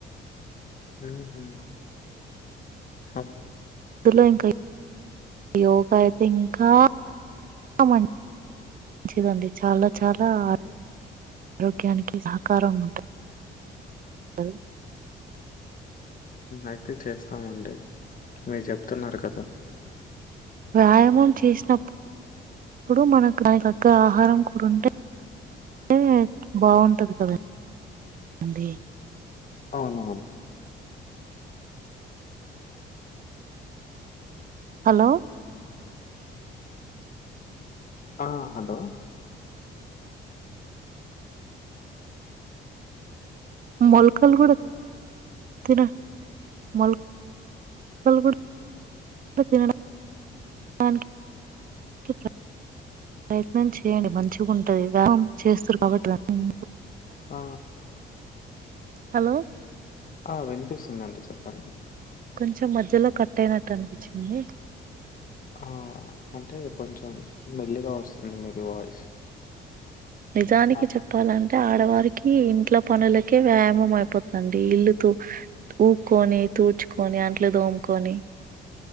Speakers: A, on the left (about 45°); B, on the right (about 45°).
A: ఉహు హబ్
B: ఇందులో ఇంకా యోగా అయితే ఇంకా చాల మంచి మంచిదండి చాలా చాలా ఆరోగ్యానికి సహకారం ఉంటుంది
A: అయితే చేస్తామండి మీరు చెప్తున్నారు కదా
B: వ్యాయామం చేసినప్పుప్పుడు మనకు దానికి తగ్గ ఆహారం కూడా ఉంటే టే బాగుంటది కదా అండి
A: అవునవును
B: హలో
A: ఆ హలో
B: మొల్కలు కూడా తిన మొల్ మొల్కల్ కూడా తినడనికి <inaudible> ప్రయత్నం చేయండి మంచిగఉంటది వ్యామం చేస్తారు కాబట్టి దాన్ని
A: ఆ
B: హలో
A: ఆ వినిపిస్తుందండి చెప్పండి
B: కొంచెం మధ్యలో కట్ అయినట్టు అనిపిచింది
A: ఆ అంటే కొంచెం మెల్లిగా వస్తుంది మీది వాయిస్
B: నిజానికి
A: ఆ!
B: చెప్పాలం టే ఆడవారికి ఇంట్ల పనులకే వ్యాయామం అయిపోతదండి ఇల్లుతు ఉక్కోని తూడ్చుకొని అంట్లు దోముకొని